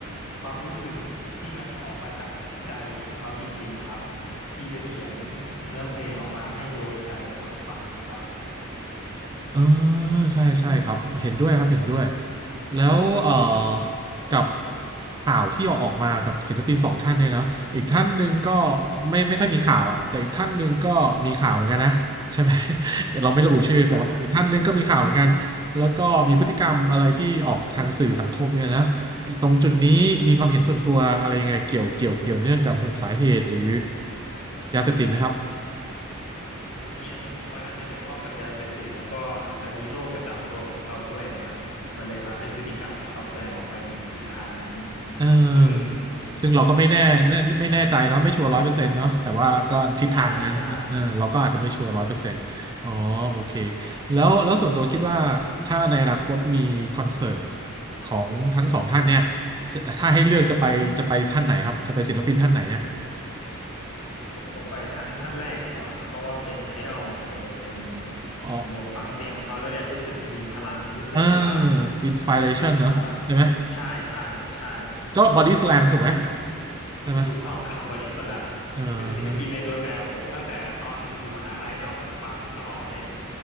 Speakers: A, on the left; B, on the right.
A: ความรู้สึกที่มันออกมาจากใจของเขาจริงๆอะครับที่จะเขียนเนื้อเพลงออกมาให้โดนใจคนฟังครับ
B: เออใช่ใช่ครับเห็นด้วยครับเห็นด้วยแล้วเอ่อกับข่าวที่ออกมากับศิลปินสองท่านเนี่ยนะอีกท่านหนึ่งก็ไม่ไม่ค่อยมีข่าวอ่ะแต่อีกท่านหนึ่งก็มีข่าวเหมือนกันนะใช่ไหม <laughs> เราไม่ระบุชื่อแต่ว่าอีกท่านหนึ่งก็มีข่าวเหมือนกันแล้วก็มีพฤติกรรมอะไรที่ออกทางสื่อสังคมเนี่ยนะ
A: ใช่
B: ตรงจุดนี้มีความเห็นส่วนตัวอะไรยังไงเกี่ยวเกี่ยวเกี่ยวเนื่องกับสาเหตุหรือยาเสพติดไหมครับ
A: อันนี้อันนี้ผมว่าน่าจะเกี่ยวข้องกับยาเสพติดแล้วก็อาจจะมีโรคประจำตัวของเขาด้วยอะนะมันเลยทำให้พฤติกรรมของเขาแสดงออกไปในทิศทางนั้น
B: เออ
A: ซึ่ง
B: ซึ่งเราก็ไม่แน่ไม่ไม่แน่ใจเนาะไม่ชัวร์ร้อยเปอร์เซ็นต์เนาะแต่ว่าก็ทิศทางนั้นเออเราก็อาจจะไม่ชัวร์ร้อยเปอร์เซ็นต์อ๋อโอเค
A: อืมใช่ใช่
B: แล้วแล้วส่วนตัวคิดว่าถ้าในอนาคตมีคอนเสิร์ตของทั้งสองท่านเนี่ยจะถ้าให้เลือกจะไปจะไปท่านไหนครับจะไปศิลปินท่านไหนเนี่ย
A: ผมผมไปท่านท่านแรกดีกว่าครับเพราะว่าเป็นไอดอลของผมเลยเป็น
B: อ๋อ
A: ผมผมฟังเพลงของเขาแล้วเนี่ยรู้สึกมีพลังรู้สึกว่า
B: เอออินสปิเรชันเนาะใช่ไหม
A: เอ่อใช่ใช่ใช่
B: ก็บอดี้ส a ลมถูกไหมใช่ไหม
A: ถูกต้องครับบอดี้สแลม
B: เออ
A: เป็นศิลปินในดวงใจของผมตั้งแต่ตอนอยู่มหาลัยแล้วผมฟังตลอดเลย